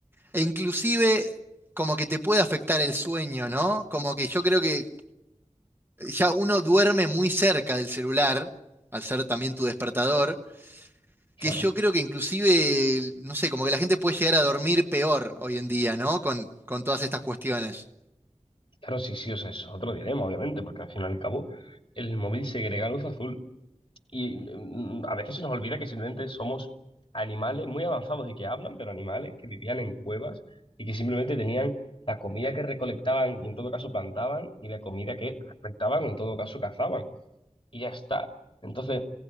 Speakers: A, on the right (about 20°); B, on the left (about 45°).
A: e inclusive como que te puede afectar el sueño, ¿no? Como que yo creo que ya uno duerme muy cerca del celular, al ser también tu despertador,
B: Claro.
A: que yo creo que inclusive, no sé, como que la gente puede llegar a dormir peor hoy en día, ¿no? Con, con todas estas cuestiones.
B: Claro, sí, sí, o sea, es otro dilema, obviamente, porque al fin y al cabo el móvil segrega luz azul y mm, a veces se nos olvida que simplemente somos animales muy avanzados y que hablan, pero animales que vivían en cuevas y que simplemente tenían la comida que recolectaban y en todo caso plantaban y la comida que recolectaban o en todo caso cazaban y ya está. Entonces,